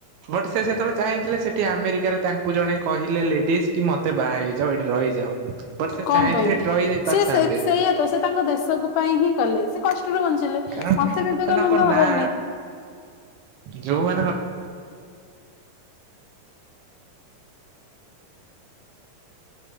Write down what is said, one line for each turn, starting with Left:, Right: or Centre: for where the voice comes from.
Right: ବଟ ସେ ସେତେବେଳେ ଚାଇଥିଲେ ସେଠି ଆମେରିକାରେ ତାଙ୍କ ତାଙ୍କୁ ଜଣେ କହିଲେ ଲେଡିଜ କି ମତେ ବାହା ହେଇଯାଅ ଏଠି ରହିଯାଅ। ବଟ୍ ସେ
Left: କଣ
Right: ଚାହିଁଥିଲେ
Left: ପାଇଁ
Right: ଏଠି ରହିଯାଇ ପାରିଥାନ୍ତେ
Left: ସେ ସେଇଆ ତ ସେ ତାଙ୍କ ଦେଶ ପାଇଁ ହିଁ କଲେ ସେ କଷ୍ଟରେ ବଞ୍ଚିଲେ।
Right: କାରଣ
Left: ମତେ ବିବେକାନନ୍ଦ
Right: ମାନଙ୍କ
Left: ହବାର
Right: ନାଁ
Left: ନାଇଁ
Right: ଯୋଉମାନଙ୍କ